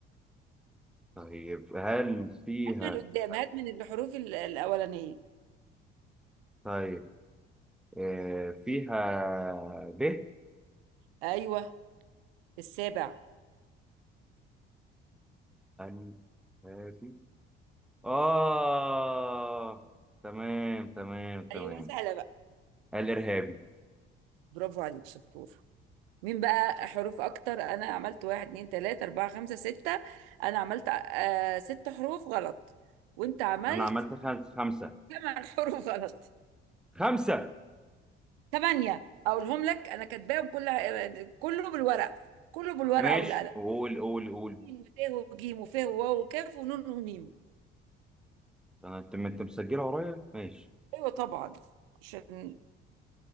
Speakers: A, in the centre; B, on the right.
A: طيب هل فيها
B: هات من قدام هات من الحروف ال- الاولانيه
A: طيب آه فيها ب
B: ايوه السابع
A: هل هذه اه تمام تمام تمام
B: ايوه سهله بقى
A: الارهابي
B: برافو عليك شطور مين بقى حروف اكتر انا عملت واحد اتنين تلاته اربعه خمسه سته انا عملت آه ست حروف غلط وانت عملت
A: انا عملت خمسه خمسه
B: ثمان حروف غلط
A: خمسه
B: ثمانية أقولهم لك أنا كاتباهم كلها كله بالورق كله بالورقة
A: ماشي
B: والقلم
A: قول قول قول
B: ج وت وج وف وواو وكاف ونون وميم
A: أنا- انت انت مسجله ورايا ماشي
B: أيوة طبعا عشان